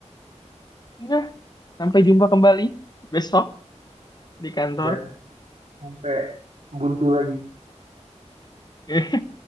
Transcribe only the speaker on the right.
Dan sampai buntu lagi.